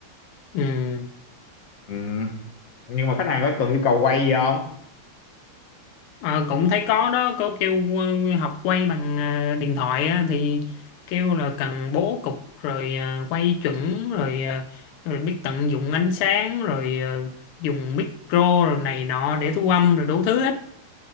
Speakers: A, on the left; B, on the left.
A: ừ
B: ừ. nhưng mà khách hàng có cần yêu cầu quay gì không
A: Ờ, cũng thấy có đó có kêu ờ, học quay bằng ờ, điện thoại á, thì kêu là cần bố cục rồi ờ, quay chuẩn rồi, ờ, rồi biết tận dụng ánh sáng rồi ờ, dùng micro rồi này nọ để thu âm rồi đủ thứ hết